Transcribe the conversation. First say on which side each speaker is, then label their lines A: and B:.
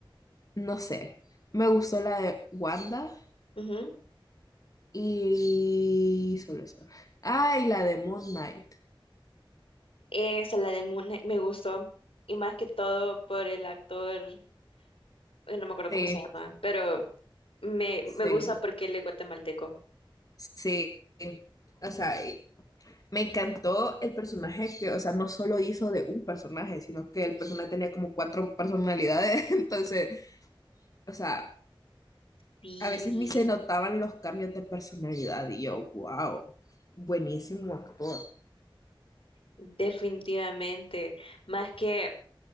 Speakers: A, on the left; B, on the left.
A: No sé, me gustó la de Wanda
B: ujú.
A: y solo eso. Ah, y la de Moon Knight.
B: Esa, la de Moon Knight, me gustó, y más que todo por el actor, eh, no me acuerdo
A: Sí,
B: cómo se llama, pero me, me
A: sí.
B: gusta porque él es guatemalteco.
A: Sí, o sea, y me encantó el personaje que, o sea, no solo hizo de un personaje, sino que el personaje tenía como cuatro personalidades, <laughs> entonces, o sea,
B: Sí,
A: a veces ni se notaban los cambios de personalidad y yo, wow, buenísimo actor.
B: definitivamente. Más que